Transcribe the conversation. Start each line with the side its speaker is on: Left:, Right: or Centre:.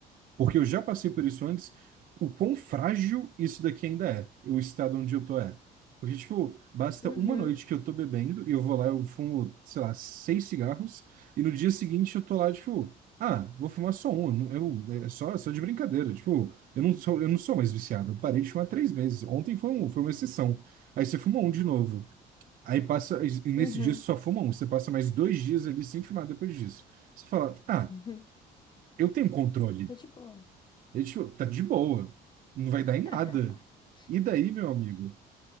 Right: porque eu já passei por isso antes, o quão frágil isso daqui ainda é, o estado onde eu tô é. Porque, tipo, basta
Left: Uhum,
Right: uma noite que eu tô bebendo e eu vou lá, eu fumo, sei lá, seis cigarros, e no dia seguinte eu tô lá, tipo, ah, vou fumar só um, não- eu, é só, é só de brincadeira, tipo, eu não sou, eu não sou mais viciado, eu parei de fumar há três meses, ontem foi, um, foi uma exceção. Aí você fuma um de novo. Aí passa, e nesse
Left: uhum,
Right: dia você só fuma um, você passa mais dois dias ali sem fumar depois disso. Você fala, ah,
Left: uhum.
Right: eu tenho controle.
Left: Tá de boa.
Right: ele tipo, tá de boa, não vai dar em nada.
Left: <laughs>
Right: E daí, meu amigo,